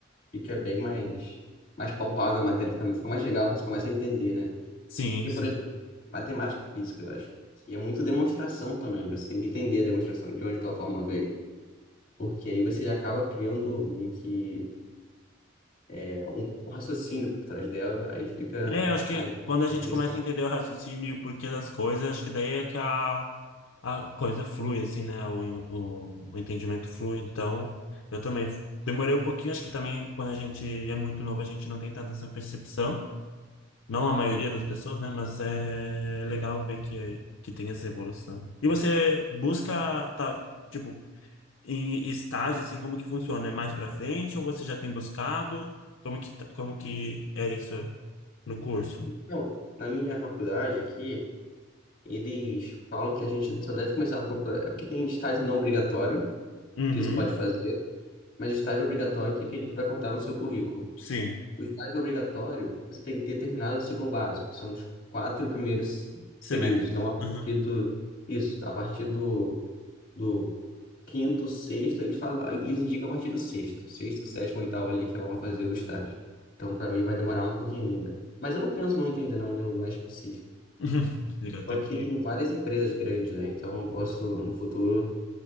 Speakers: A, on the left; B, on the left.
A: fica bem mais, mais palpável a matéria, fica, fica mais legal, porque você começa a entender, né?
B: sim,
A: Porque,
B: sim.
A: por exemplo, matemática e física, eu acho. E é muito demonstração também, você tem que entender a demonstração, de onde aquela fórmula veio. Porque aí você já acaba criando meio que é, um, um raciocínio por trás dela, aí fica
B: É, eu acho
A: mais
B: que quando a gente
A: interessante.
B: começa a entender o raciocínio e o porquê das coisas, acho que daí é que a, a coisa flui, assim, né? O, o, o entendimento flui. Então, eu também f- demorei um pouquinho, acho que também quando a gente é muito novo, a gente não tem tanta essa percepção. Não a maioria das pessoas, né? Mas é legal ver que, que tem essa evolução. E você busca, tá, tipo, em estágio, assim, como que funciona? É mais pra frente ou você já tem buscado? Como que, tá- como que é isso é, no curso?
A: Então, na minha faculdade aqui, eles falam que a gente só deve começar um pouco. É porque tem estágio não obrigatório,
B: Uhum,
A: que você pode fazer. Mas o estágio obrigatório, que é aquele que vai contar no seu currículo.
B: sim,
A: O estágio obrigatório, você tem que ter terminado o ciclo básico, que são os quatro primeiros
B: semestre.
A: períodos. Então, a partir
B: Uhum.
A: do, isso, a partir do, do quinto, sexto, eles falam, eles indicam a partir do sexto, sexto, sétimo, oitavo ali que vão fazer o estágio. Então, para mim, vai demorar um pouquinho ainda. Mas eu não penso muito ainda não, em lugar específico.
B: <laughs> Legal, tem
A: Aqui
B: que...
A: tem várias empresas grandes, né? Então, eu posso, no futuro,